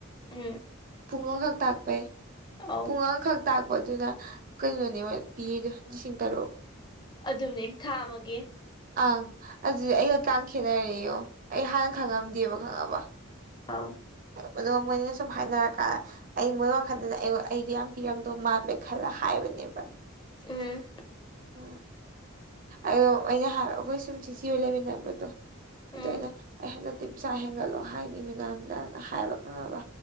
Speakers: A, on the left; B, on the right.
A: ꯎꯝ
B: ꯄꯨꯡ ꯑꯃꯈꯛ ꯇꯥꯛꯄꯩ
A: ꯑ
B: ꯄꯨꯡ ꯑ ꯑꯃꯈꯛ ꯇꯥꯛꯄꯗꯨꯅ ꯀꯩꯅꯣꯅꯦꯕ ꯄꯤꯔꯤꯗꯣ ꯂꯤꯁꯤꯡ ꯇꯔꯨꯛ
A: ꯑꯗꯨꯅꯦ ꯊꯥ ꯃꯥꯒꯦ
B: ꯑ ꯑꯗꯨꯗꯤ ꯑꯩꯒꯛꯀ ꯈꯦꯠꯅꯔꯣ ꯑꯩ ꯍꯥꯟꯅ ꯈꯪꯉꯝꯗꯦꯕ ꯈꯪꯉꯕ
A: ꯑꯥꯎ
B: ꯑꯗꯨꯒ ꯃꯣꯏꯅ ꯁꯨꯝ ꯍꯥꯏꯅꯔ ꯀꯥꯟꯗꯦ ꯑꯩ ꯃꯣꯏ ꯋꯥꯈꯜꯗꯅ ꯑꯩ ꯑꯩꯗꯣ ꯌꯥꯝ ꯄꯤꯔꯝꯗꯣ ꯃꯥꯜꯃꯦ ꯈꯜꯂ ꯍꯥꯏꯕꯅꯦꯕ
A: ꯎꯝ
B: ꯎ ꯑꯗꯣ ꯑꯩꯅ ꯑꯩꯈꯣꯏ ꯁꯨꯝ ꯆꯤꯆꯔ ꯂꯩꯃꯤꯟꯅꯕꯗꯣ ꯑꯗꯨꯗ
A: ꯎꯝ
B: ꯑꯩꯅ ꯑꯩ ꯍꯟꯗꯛꯇꯤ ꯄꯩꯁꯥ ꯍꯦꯟꯒꯠꯂꯣ ꯍꯥꯏꯅꯤ ꯃꯤꯅꯝꯗꯅ ꯍꯥꯏꯕ ꯈꯪꯉꯕ